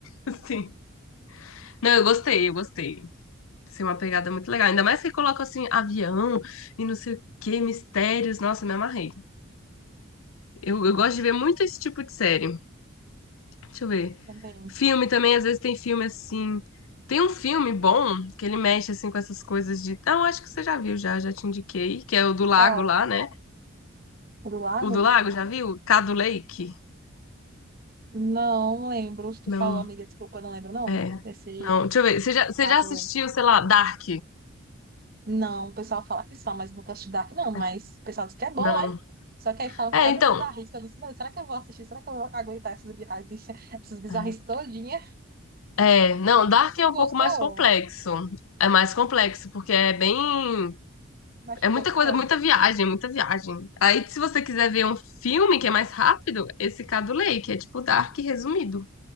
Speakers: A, on the left; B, on the right.
A: <laughs> sim. Não, eu gostei, eu gostei. Assim, uma pegada muito legal. Ainda mais que coloca assim, avião e não sei o que, mistérios. Nossa, me amarrei. Eu,
B: <laughs>
A: eu
B: nossa,
A: gosto de ver muito esse tipo de série. Deixa eu ver.
B: também.
A: Filme também, às vezes tem filme assim. Tem um filme bom que ele mexe assim com essas coisas de. Não, acho que você já viu, já, já te indiquei, que é o do lago
B: Qual?
A: lá, né?
B: O Do lago?
A: O do lago, já viu? Cadu Lake?
B: Não lembro. Se tu
A: Não,
B: falou, amiga, desculpa, não lembro, não.
A: é.
B: Desse
A: Não, deixa eu ver. Você já, você
B: caso
A: já assistiu,
B: aí.
A: sei lá, Dark?
B: Não, o pessoal fala que são, mas nunca assisti Dark, não. Mas
A: É,
B: o pessoal diz que é bom,
A: não.
B: né? Só que aí falam
A: É,
B: cada
A: então.
B: bizarrice. Eu disse, "Meu, será que eu vou assistir? Será que eu vou aguentar essas bizarrices, <laughs> essas bizarrices
A: É.
B: todinha?
A: É, não, Dark é
B: Tu
A: um
B: gostou?
A: pouco mais complexo. É mais complexo, porque é bem.
B: Mas
A: É
B: tu
A: muita
B: gostou,
A: coisa,
B: amiga?
A: muita viagem, muita viagem. Aí, se você quiser ver um filme que é mais rápido, esse Cadulei, que é tipo Dark resumido.